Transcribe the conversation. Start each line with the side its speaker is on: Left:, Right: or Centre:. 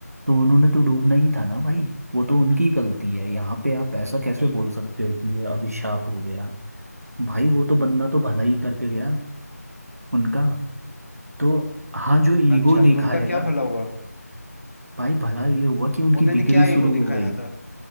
Right: तो उन्होंने तो डूबना ही था ना भाई वो तो उनकी गलती है यहाँ पे आप ऐसा कैसे बोल सकते हो कि ये अभिशाप हो गया भाई वो तो बंदा तो भला ही करके गया उनका तो हाँ जो ईगो
Left: अच्छा
Right: दिखाएगा
Left: तो उनका क्या भला हुआ
Right: भाई भला ये हुआ कि उनकी
Left: उन्होंने
Right: बिक्री
Left: क्या
Right: शुरू
Left: ईगो दिखाया
Right: हो गई
Left: था